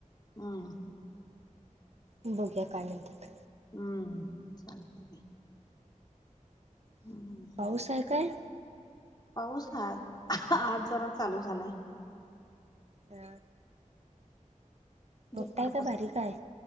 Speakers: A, on the left; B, on the right.
A: हम्म
B: बघया काय म्हणतात
A: हम्म चालते
B: <unintelligible>
A: हम्म
B: पाऊस आहे काय
A: पाऊस ह आज जरा चालू झालाय
B: अ मोटा
A: दुपारपासून
B: आहे, काय बारी हाय?